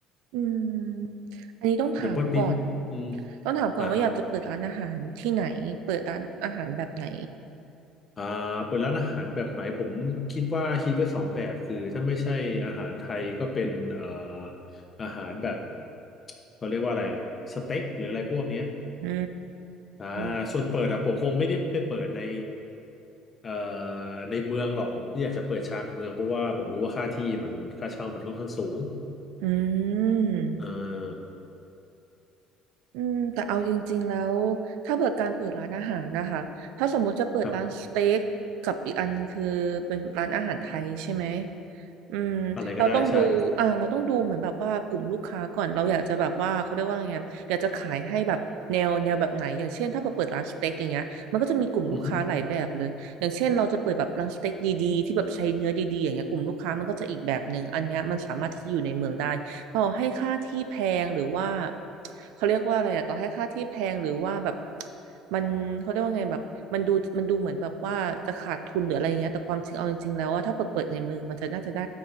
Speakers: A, on the right; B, on the left.
A: อืมอันนี้ต้องถามก่อน
B: หรือว่าปิดอืม
A: ต้องถามก่อนว่าอยากจะเปิดร้านอาหารที่ไหนเปิดร้านอาหารแบบไหน
B: อ่าอ่าอ่าเปิดร้านอาหารแบบไหนผมคิดว่าคิดไว้สองแบบคือถ้าไม่ใช่อาหารไทยก็เป็นเอ่ออาหารแบบเขาเรียกว่าอะไรอะสเต็กหรืออะไรพวกเนี้ย
A: อื
B: อ่าส่วนเปิดอะผมคงไม่ได้ไปเปิดใน
A: ม
B: เอ่อในเมืองหรอกผมอยากจะเปิดชานเมืองเพราะว่าผมรู้ว่าค่าที่มันค่าเช่ามันค่อนข้างสูง
A: อืม
B: เออ
A: อืมแต่เอาจริงๆแล้วถ้าเปิดการเปิดร้านอาหารนะคะถ้าสมมุติจะเปิดร้านสเต็กกับอีกอันหนึงคือเป็นร้านอาหารไทยใช่ไหม
B: ครับ
A: อืมเราต้องดูอ่าเราต้องดูเหมือนแบบว่ากลุ่มลูกค้าก่อนเราอยากจะแบบว่าเขาเรียกว่าไงอะอยากจะขายให้แบบแนวแนวแบบไหนอย่างเช่นถ้าเราเปิดร้านสเต็กอย่างเงี้ยมันก็จะมีกลุ่มลูกค้าหลายแบบเลยอย่างเช่นเราจะเปิดแบบร้านสเต็กดีๆที่แบบใช้เนื้อดีๆอย่างเงี้ยกลุ่มลูกค้ามันก็จะอีกแบบหนึ่งอันเนี้ยมันสามารถที่จะอยู่ในเมืองได้
B: อะไรก็ได้ใช่ครับอือฮึ
A: ต่อให้ค่าที่แพงหรือว่าเขาเรียกว่าอะไรอะต่อให้ค่าที่แพงหรือว่าแบบมันเขาเรียกว่าไงแบบมันดูมันดูเหมือนแบบว่าจะขาดทุนหรืออะไรอย่างเงี้ยแต่ความจริงเอาจริงๆแล้วว่าถ้าเปิดเปิดในมือมันจะน่าจะได้